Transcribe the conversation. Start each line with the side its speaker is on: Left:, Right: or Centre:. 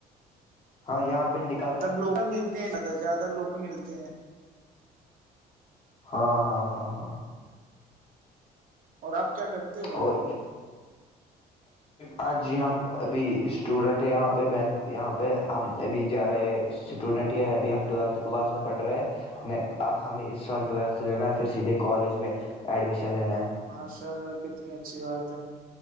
Left: ہاں یہاں پہ نکل
Right: مطلب لوکل ملتے ہیں زیادہ سے زیادہ لوک ملتے ہیں
Left: ہاں ہاں ہاں ہاں
Right: اور آپ کیا کرتے ہو بھائی
Left: اور
Right: جان
Left: ہاں جی ہم ابھی اسٹوڈینٹ ہے یہاں پہ بینک یہاں پہ ہم ابھی جا رہے اسٹوڈینٹ ہے ابھی ہم ٹویلتھ کلاس میں پڑھ رہے ہیں نہیں اب ہمیں اس سال ٹویلتھ جانا ہے پھر سیدھے کالج میں ایڈمیشن لینا ہے
Right: ماشاء اللہ کتنی اچھی بات ہے